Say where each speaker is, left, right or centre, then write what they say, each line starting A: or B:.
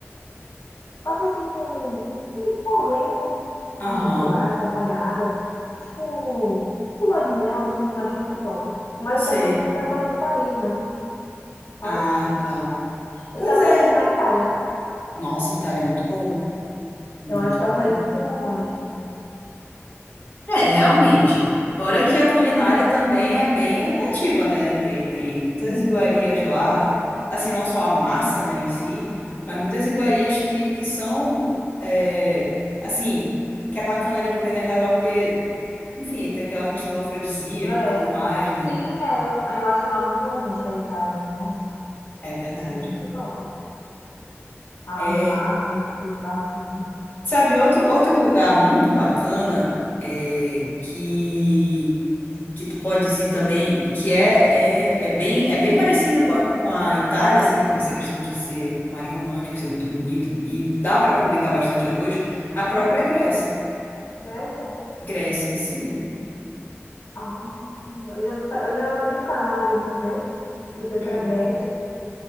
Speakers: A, on the left; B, on the left.
A: passa assim com, com com alguém, né?
B: Aham.
A: A gente vai acompanhada. Tipo, tipo lua de mel, assim, eu acho muito top. Mas
B: Sei.
A: eu tô querendo ir pra fora do país, né? Sabe?
B: Ah, tá.
A: Eu
B: Pois
A: tava
B: é.
A: pensando em ir na Itália.
B: Nossa, Itália é muito bom. Muito
A: Eu acho que
B: bom.
A: é um país muito romântico.
B: É, realmente. Fora que a culinária também é bem atrativa, né? Tem, tem muitas
A: Sim,
B: iguarias lá, assim, não só a massa, né, em si, mas muitas iguarias que, que são, é, assim, que é bacana de aproveitar em casal, porque, enfim, tem aquela questão do afrodisíaco
A: é.
B: e tudo mais, né?
A: Sim, é, eu, eu acho lá muito romântica a Itália. Nossa, eu
B: É verdade.
A: acho muito top. Ah,
B: É,
A: o mar, assim, com aqueles barquinhos.
B: sabe, outro, outro lugar muito bacana é, que que tu podes ir também, e que é, é, é bem, é bem parecida com a, com a Itália, assim, essa questão de ser mais romântico, ser muito bonito, e dá para aproveitar bastante a dois, a própria Grécia.
A: Grécia?
B: Grécia, sim.
A: Ah, eu já vi, fa- eu já vi um canal de amigo meu que foi
B: Hum,
A: pra Grécia,